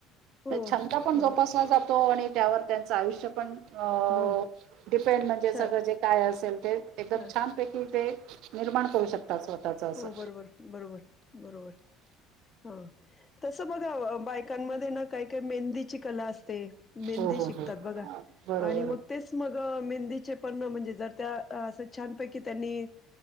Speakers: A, on the left (about 20°); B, on the right (about 60°).
A: हो
B: छंद पण
A: बरोबर
B: जोपासला जातो तो आणि त्यावर त्यांचं आयुष्य पण अ
A: हो
B: डिपेंड म्हणजे
A: छान
B: सगळं जे काय असेल ते एकदम
A: ह
B: छानपैकी ते निर्माण करू शकतात स्वतःच असं.
A: हो बरोबर बरोबर बरोबर हा तसं बघा बायकांमध्ये ना काही काही मेहंदीची कला अस ते मेंदी
B: हो हो
A: शिकतात
B: हो
A: बघा
B: बरोबर
A: आणि मग तेच मग मेंदी प म्हणजे त्या छानपै त्यांनी